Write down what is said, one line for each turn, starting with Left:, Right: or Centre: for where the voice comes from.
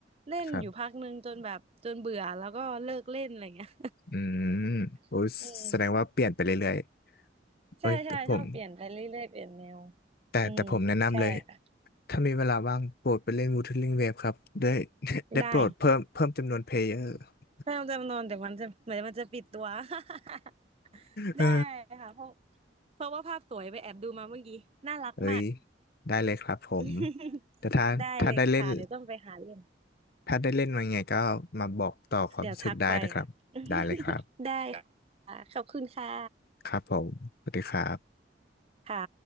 Right: เล่นอยู่พักหนึ่งจนแบบจนเบื่อแล้วก็เลิกเล่นอะไรเงี้ย
Left: ครับอืมโอ้ยแสดงว่าเปลี่ยนไปเรื่อย
Right: <laughs> อืม
Left: ๆเอ้ยแต่ผม
Right: ใช่ใช่ชอบเปลี่ยนไปเรื่อยๆเปลี่ยนแนว
Left: แต่แต่ผมแนะนำเลย
Right: อืมใช่ค่ะ
Left: ถ้ามีเวลาว่างโปรดไปเล่น Wuthering Waves ครับได้ <laughs> ได้โปรดเพิ่มเพิ่มจำนวนเพลเยอร์
Right: ได้
Left: <laughs>
Right: แม่จำนวนเดี๋ยวมันจะเหมือนมันจะปิดตัว <laughs>
Left: เออ
Right: ได้ค่ะเพราะเพราะว่าภาพสวยไปแอบดูมาเมื่อกี้น่ารักมาก
Left: เฮ้ยได้เลยครับผม
Right: <laughs>
Left: แต่ถ้าถ้าได้เล่น
Right: ได้เลยค่ะเดี๋ยวต้องไปหาเล่น
Left: ถ้าได้เล่นมาังไงก็มาบอกต่อความรู้สึกได้นะครับได้เลยครับ
Right: เดี๋ยวทักไป <laughs> ได้ค่ะขอบคุณค่ะ
Left: ครับผมสวัสดีครับ
Right: ค่ะ